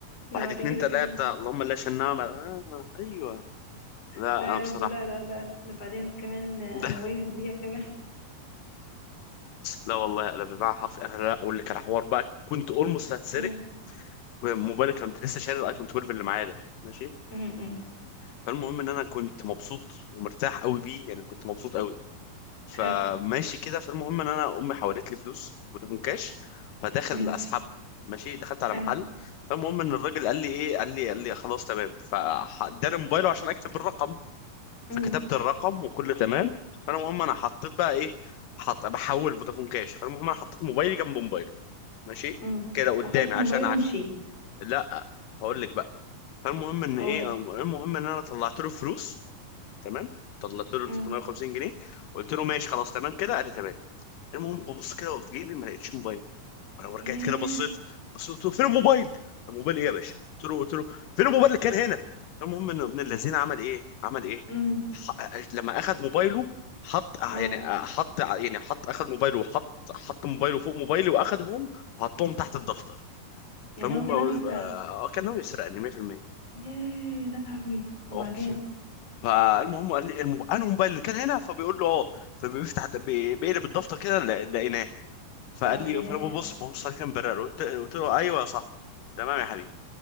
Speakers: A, on the left; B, on the left.
A: لا
B: واحد
A: بعد
B: اتنين
A: كده
B: تلاتة
A: كمان
B: اللهم لا شنامة آه أيوه لا
A: لا
B: أنا
A: يا
B: بصراحة
A: رب لا لا لا لا بعدين كمان آه،
B: <laughs>
A: موبايلي يضيع كمان
B: لا والله انا بالمعنى حرفي انا لا اقول لك على حوار بقى كنت اولموست
A: <laughs>
B: هتسرق
A: امم
B: موبايلي كنت لسه شاري الايفون 12 اللي معايا ده ماشي
A: امم أمم.
B: فالمهم ان انا كنت مبسوط ومرتاح قوي بيه يعني كنت مبسوط قوي فماشي
A: حلو
B: كده فالمهم ان انا امي حولت لي فلوس فودافون كاش فداخل
A: امم
B: اسحبهم ماشي دخلت على
A: حلو
B: محل فالمهم ان الراجل قال لي ايه قال لي قال لي خلاص تمام فاداني موبايله عشان اكتب الرقم
A: امم
B: فكتبت الرقم وكله تمام فانا المهم انا حطيت بقى ايه حط بحول فودافون كاش فالمهم انا حطيت موبايلي جنب موبايله ماشي
A: امم
B: كده قدامي
A: وخدت
B: عشان
A: موبايله
B: عشان
A: ومشيت
B: لا هقول لك بقى فالمهم ان
A: اقول
B: ايه المهم ان انا طلعت له فلوس تمام طلعت له
A: امم
B: 350 جنيه قلت له ماشي خلاص تمام كده قال لي تمام المهم ببص كده في جيبي ما لقيتش موبايل وانا رجعت
A: ياه
B: كده بصيت بصيت قلت له فين الموبايل الموبايل ايه يا باشا قلت له قلت له فين الموبايل اللي كان هنا المهم ان ابن الذين عمل ايه عمل ايه
A: امم
B: ح... لما اخذ موبايله حط
A: اه
B: يعني حط يعني حط اخذ موبايله وحط حط موبايله فوق موبايلي واخدهم وحطهم تحت الدفتر
A: يعني
B: فالمهم
A: هو كان
B: آه،
A: ناوي يسرقك
B: كان ناوي يسرقني 100%
A: ياه يا لهوي وبعدين
B: أقسم. فالمهم قال لي الموبايل انا الموبايل اللي كان هنا فبيقول له اه فبيفتح د- بي- بيقلب الدفتر كده لا- لقيناه فقال
A: اه ياه
B: لي فانا ببص ببص على كام برر قلت قلت له ايوه صح تمام يا حبيبي